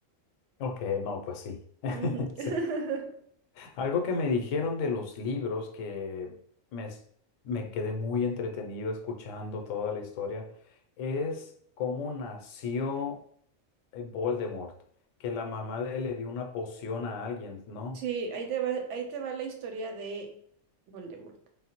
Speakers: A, on the left; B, on the right.
A: ok, no, pues sí. <laughs>
B: Ujú.
A: Sí.
B: <laughs>
A: Algo que me dijeron de los libros que me, es- me quedé muy entretenido escuchando toda la historia es cómo nació eh, Voldemort, que la mamá de él le dio una poción a alguien, ¿no?
B: Sí, ahí te va, ahí te va la historia de Voldemort.